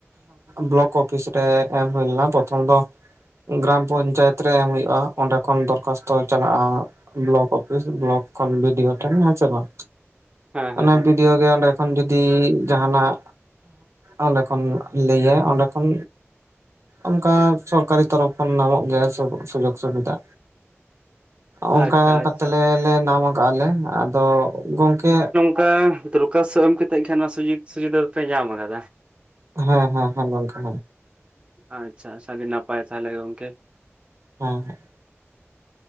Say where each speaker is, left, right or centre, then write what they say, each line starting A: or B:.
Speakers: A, on the right; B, on the right.
A: ᱵᱞᱚᱠ ᱚᱯᱷᱤᱥ ᱨᱮ ᱮᱢ ᱦᱩᱭ ᱞᱮᱱᱟ ᱯᱨᱚᱛᱷᱚᱢ ᱫᱚ ᱜᱨᱟᱢ ᱯᱚᱧᱪᱟᱭᱮᱛ ᱨᱮ ᱮᱢ ᱦᱳᱭᱳᱜᱼᱟ ᱚᱸᱰᱮ ᱠᱷᱚᱱ ᱫᱚᱨᱠᱷᱟᱥᱛᱚ ᱪᱟᱞᱟᱜᱼᱟ ᱵᱞᱚᱠ ᱚᱯᱷᱤᱥ ᱵᱞᱚᱠ ᱠᱷᱚᱱ ᱵᱤᱰᱤᱛ ᱴᱷᱮᱱ ᱦᱚᱸ ᱪᱟᱞᱟᱜ
B: ᱦᱮᱸ ᱦᱮᱸ
A: ᱚᱱᱟ
B: ᱦᱮᱸ
A: ᱵᱤᱰᱤᱛ ᱚᱸᱰᱮ ᱠᱷᱚᱱ ᱡᱩᱫᱤ ᱡᱟᱦᱱᱟᱜ ᱚᱸᱰᱮ ᱠᱷᱚᱱ ᱞᱟᱹᱭᱟ ᱚᱸᱰᱮ ᱠᱷᱚᱱ ᱚᱱᱠᱟ ᱥᱚᱨᱠᱟᱨᱤ ᱛᱚᱨᱚᱯᱷ ᱠᱷᱚᱱ ᱧᱟᱢᱚᱜ ᱜᱮᱭᱟ ᱥᱩᱡᱳᱜᱽ ᱥᱩᱵᱤᱫᱷᱟ ᱚᱱᱠᱟ
B: ᱟᱪᱪᱷᱟ ᱟᱪᱪᱷᱟ
A: ᱠᱟᱛᱮᱜ ᱞᱮ ᱶᱟᱢ ᱠᱟᱶᱟ ᱞᱮ ᱟᱫᱚ ᱜᱚᱝᱠᱮ
B: ᱠᱟ ᱫᱚᱨᱠᱟᱥᱛᱷ ᱮᱢᱠᱟᱛᱮᱫ ᱠᱷᱟᱱ ᱚᱱᱟ ᱥᱩᱡᱳᱜᱽ ᱥᱩᱡᱤᱫᱷᱟ ᱫᱚ ᱯᱮ ᱧᱟᱢ ᱟᱠᱟᱫᱟ
A: ᱦᱮᱸᱦᱮᱸᱦᱮᱸ ᱜᱚᱝᱠᱮ
B: ᱟᱪᱪᱷᱟ ᱟᱴᱷᱤ ᱱᱟᱯᱟᱭ ᱛᱟᱦᱚᱞᱮ ᱜᱚᱝᱠᱮ
A: ᱦᱮᱸ